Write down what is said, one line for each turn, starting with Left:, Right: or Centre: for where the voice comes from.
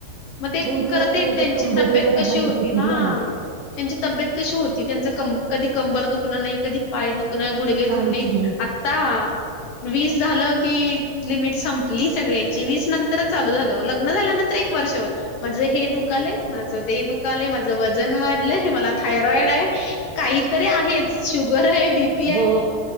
Left: मग ते
Right: पूर्ण
Left: खर ते
Right: म्हणजे
Left: त्यांची
Right: कंबर
Left: तब्येत
Right: वगैरे
Left: कशी
Right: हालत
Left: होती हा.
Right: ना
Left: त्यांची तब्येत कशी होती त्यांच कंब कधी कंबर दुखणं नाही, कधी पाय दुखणं, गुड घे
Right: काहीच
Left: दुकणे
Right: नाही
Left: आता वीस झालं की लिमिट संपली सगळ्यांची वीस नंतरच चालू झालं लग्न झाल्यानंतर एक वर्षभर. माझं हे दुखालय, माझं दे दुखालय, माझं वजन वाढलंय, मला थायरॉइड आहे. काहीतरी आहेच. शुगर आहे, बीपी आहे.
Right: हो